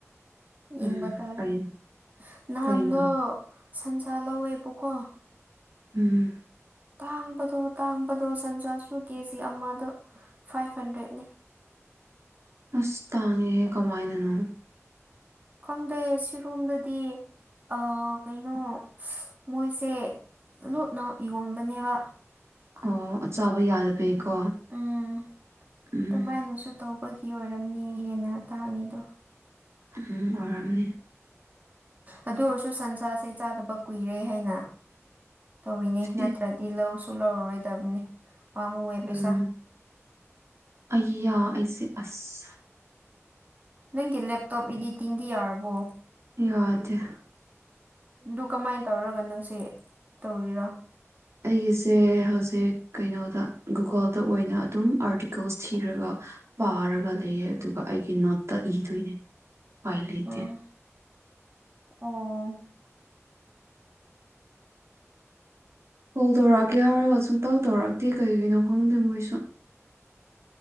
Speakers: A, on the right; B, on the right.
A: ꯌꯦꯡꯕ
B: ꯎꯝ
A: ꯇꯥꯔꯦ
B: ꯐꯩ
A: ꯅꯍꯥꯟꯗꯣ
B: ꯐꯩꯅ
A: ꯁꯟꯁꯥ ꯂꯧꯋꯦꯕꯀꯣ
B: ꯎꯝ
A: ꯇꯥꯡꯕꯗꯣ ꯇꯥꯡꯕꯗꯣ ꯁꯟꯖꯥꯁꯨ ꯀꯦꯖꯤ ꯑꯃꯗ ꯐꯥꯏꯚ ꯍꯟꯗ꯭ꯔꯦꯠꯅꯦ
B: ꯑꯁ ꯇꯥꯡꯉꯦꯍꯦ ꯀꯃꯥꯏꯅꯅꯣ
A: ꯈꯪꯗꯦ ꯁꯤꯔꯣꯝꯗꯗꯤ ꯑ ꯀꯩꯅꯣ ꯃꯣꯏꯁꯦ ꯂꯣꯠꯅ ꯌꯣꯟꯕꯅꯦꯕ
B: ꯑꯣ ꯆꯥꯕ ꯌꯥꯗꯕꯩꯀꯣ
A: ꯎꯝ
B: ꯎꯝ
A: ꯑꯗꯨꯃꯥꯏꯅꯁꯨ ꯇꯧꯕꯒꯤ ꯑꯣꯏꯔꯝꯅꯤ ꯍꯦꯟꯅ ꯇꯥꯡꯉꯤꯗꯣ
B: ꯎꯝ ꯑꯣꯏꯔꯝꯅꯦ
A: ꯑꯗꯨ ꯑꯣꯏꯔꯁꯨ ꯁꯟꯁꯥꯁꯦ ꯆꯥꯗꯕ ꯀꯨꯏꯔꯦ ꯍꯥꯏꯅ ꯇꯧꯔꯤꯅꯦ
B: ꯁꯤ
A: ꯅꯠꯇ꯭ꯔ ꯇꯤ ꯂꯧꯁꯨ ꯂꯧꯔꯔꯣꯏꯗꯕꯅꯤ ꯄꯥꯝꯃꯨꯋꯦ ꯄꯩꯁꯥ
B: ꯎꯝ ꯑꯩ ꯌꯥ ꯑꯩꯁꯦ ꯑꯁ
A: ꯅꯪꯒꯤ ꯂꯦꯞꯇꯣꯞ ꯏꯗꯤꯇꯤꯡꯗꯤ ꯌꯥꯔꯕꯣ
B: ꯌꯥꯗ
A: ꯑꯗꯨ ꯀꯃꯥꯏꯅ ꯇꯧꯔꯒ ꯅꯪꯁꯦ ꯇꯧꯔꯤꯔꯣ
B: ꯑꯩꯒꯤꯁꯦ ꯍꯧꯖꯤꯛ ꯀꯩꯅꯣꯗ ꯒꯨꯒꯜꯗ ꯑꯣꯏꯅ ꯑꯗꯨꯝ ꯑꯥꯔꯇꯤꯀꯜꯁ ꯊꯤꯔꯒ ꯄꯥꯔꯒ ꯂꯩꯌꯦꯦ ꯑꯗꯨꯒ ꯑꯩꯒꯤ ꯅꯣꯠꯇ ꯏꯗꯣꯏꯅꯦ ꯎꯥꯏ ꯂꯩꯇꯦ
A: ꯎꯝ ꯑꯣ
B: ꯀꯣꯜ ꯇꯧꯔꯛꯑꯀꯦ ꯍꯥꯏꯔꯒ ꯁꯨꯡꯇꯧ ꯇꯧꯔꯛꯑꯛꯇꯦ ꯀꯩꯒꯤꯅꯣ ꯈꯪꯗꯦ ꯃꯣꯏꯁꯨ